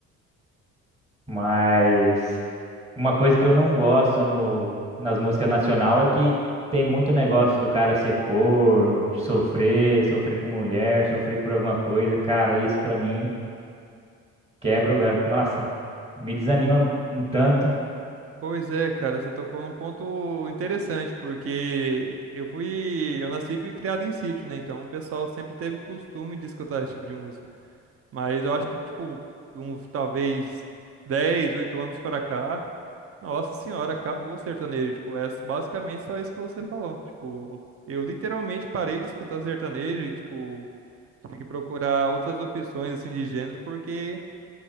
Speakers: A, on the right; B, on the right.
A: Mas uma coisa que eu não gosto no, nas músicas nacional é que tem muito negócio do cara ser corno, de sofrer, sofrer por mulher, sofrer por alguma coisa. Cara, isso pra mim quebra o gato. Nossa, me desanima um tanto.
B: Pois é, cara, você tocou num ponto interessante, porque eu fui, eu nasci e fui criado em sítio, né? Então o pessoal sempre teve costume de escutar esse tipo de música. Mas eu acho que, tipo, de uns talvez 10, 8 anos pra cá, nossa senhora, acabou o sertanejo. Tipo, é basicamente só isso que você falou. Tipo, eu literalmente parei de escutar sertanejo e, tipo, tive que procurar outras opções, assim, de gênero, porque